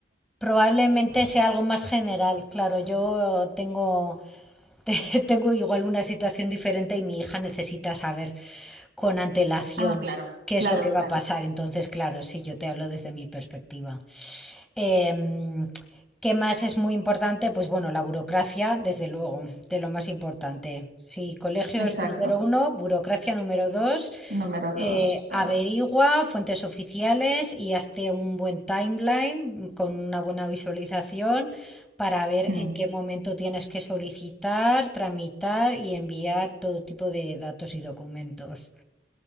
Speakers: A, in the centre; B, on the right (about 60°).
A: probablemente sea algo más general. Claro, yo tengo, <laughs> te- tengo igual una situación diferente y mi hija necesita saber con antelación
B: Ah, claro,
A: qué
B: claro,
A: es lo que va
B: claro,
A: a pasar. Entonces, claro, sí, yo te hablo desde mi perspectiva. Em, ¿qué más es muy importante? Pues bueno, la burocracia, desde luego, de lo más importante. Sí, colegios
B: exacto.
A: número uno, burocracia número dos,
B: Número dos,
A: eh,
B: claro.
A: averigua fuentes oficiales y hazte un buen timeline con una buena visualización para ver
B: Mm,
A: en qué momento tienes que solicitar, tramitar y enviar todo tipo de datos y documentos.